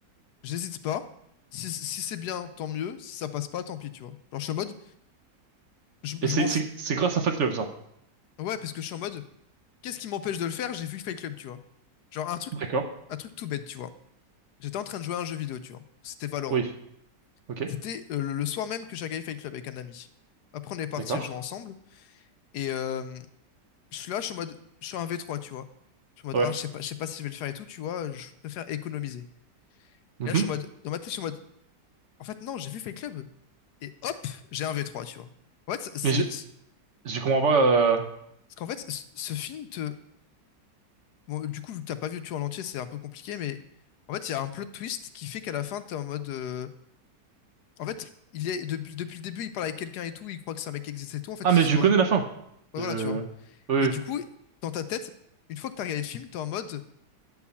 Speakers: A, on the left; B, on the right.
A: j'hésite pas. Si, si c'est bien, tant mieux. Si ça passe pas, tant pis, tu vois. Genre, je suis en mode, je,
B: Et
A: je
B: c'est
A: m'en
B: c'est
A: fous.
B: c'est grâce à Fight Club ça.
A: Ouais, parce que je suis en mode, qu'est-ce qui m'empêche de le faire? J'ai vu Fight Club, tu vois. Genre, un truc,
B: D'accord.
A: un truc tout bête, tu vois. J'étais en train de jouer à un jeu vidéo, tu vois. C'était Valorant.
B: Oui. Ok.
A: C'était euh, le le soir même que j'ai regardé Fight Club avec un ami. Après, on est parti
B: D'accord.
A: jouer ensemble. Et euh, je suis là, je suis en mode, je suis un V3, tu vois. Je suis en mode,
B: Ouais.
A: ah, je sais pas, je sais pas si je vais le faire et tout, tu vois. Je préfère économiser.
B: Mhm.
A: Et là, je suis en mode, dans ma tête, je suis en mode, en fait, non, j'ai vu Fight Club. Et hop, j'ai un V3, tu vois. En fait, c'est,
B: Mais je
A: c'est-
B: je comprends pas. euh,
A: parce qu'en fait, ce ce film te, bon, du coup, vu que t'as pas vu tout en entier, c'est un peu compliqué, mais en fait, il y a un plot twist qui fait qu'à la fin, t'es en mode, euh, en fait, il est, depuis, depuis le début, il parle avec quelqu'un et tout, il croit que c'est un mec qui existe et tout, en fait,
B: Ah,
A: c'est
B: mais je
A: qu'en
B: connais
A: fait-
B: la fin.
A: ouais,
B: Je...
A: voilà, tu vois.
B: Oui,
A: Et du
B: oui.
A: coup, dans ta tête, une fois que t'as regardé le film, t'es en mode,